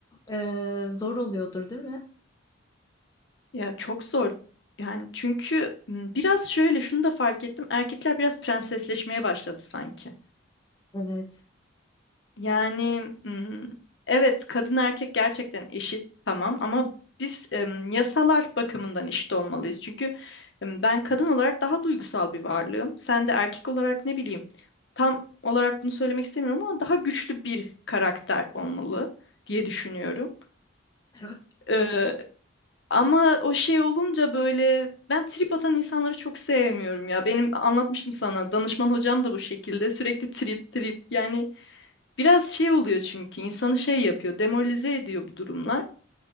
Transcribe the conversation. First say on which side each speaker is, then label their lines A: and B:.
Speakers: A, on the left; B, on the left.
A: E, zor oluyordur değil mi?
B: Ya çok zor. Yani çünkü m, biraz şöyle şunu da fark ettim. Erkekler biraz prensesleşmeye başladı sanki.
A: Evet.
B: Yani mm, evet kadın erkek gerçekten eşit tamam ama biz em, yasalar bakımından eşit olmalıyız. Çünkü em, ben kadın olarak daha duygusal bir varlığım. Sen de erkek olarak ne bileyim tam olarak bunu söylemek istemiyorum ama daha güçlü bir karakter olmalı diye düşünüyorum.
A: Evet.
B: Ee, ama o şey olunca böyle ben trip atan insanları çok sevmiyorum ya. Benim anlatmıştım sana danışman hocam da bu şekilde sürekli trip trip yani Biraz şey oluyor çünkü insanı şey yapıyor, demoralize ediyor bu durumlar.